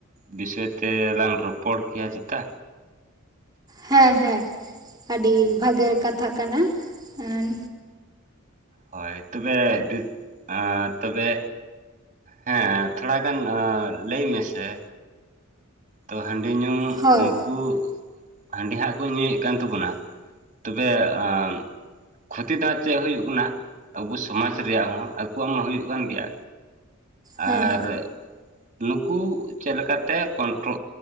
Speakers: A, on the right; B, on the right.
A: ᱵᱤᱥᱚᱭ ᱛᱮᱞᱟᱝ ᱨᱚᱯᱚᱲ ᱠᱮᱭᱟ ᱪᱮᱛᱟ?
B: ᱦᱮᱸ ᱦᱮᱸ ᱟᱹᱰᱤ ᱵᱷᱟᱜᱮ ᱠᱟᱛᱷᱟ ᱠᱟᱱᱟ ᱮᱸᱱ
A: ᱦᱳᱭ ᱛᱚᱵᱮ ᱟᱻ ᱛᱚᱵᱮ ᱦᱮᱸ ᱛᱷᱚᱲᱟᱜᱟᱱ ᱟᱸ ᱞᱟᱹᱭ ᱢᱮᱥᱮ? ᱛᱚ ᱦᱟᱺᱰᱤ ᱧᱩ
B: ᱦᱳᱭ
A: ᱱᱩᱠᱩ ᱦᱟᱺᱰᱤ ᱦᱟᱸᱜ ᱠᱚ ᱧᱩᱭᱮᱜ ᱠᱟᱱ ᱛᱟᱵᱚᱱᱟ ᱛᱩᱵᱮ ᱟᱸᱻᱢ ᱠᱷᱚᱛᱤ ᱫᱚ ᱦᱟᱸᱜ ᱪᱮᱜ ᱦᱩᱭᱩᱜ ᱠᱟᱱᱟ ᱟᱵᱚ ᱥᱚᱢᱟᱡᱽ ᱨᱮᱭᱟᱜ ᱦᱚᱸ ᱟᱠᱚᱣᱟᱜ ᱢᱟ ᱦᱩᱭᱩᱜ ᱠᱟᱱ ᱜᱮᱭᱟ
B: ᱦᱮᱸ
A: ᱟᱨ ᱱᱩᱠᱩ ᱪᱮᱜ ᱞᱮᱠᱟᱛᱮ ᱠᱚᱱᱴᱨᱳ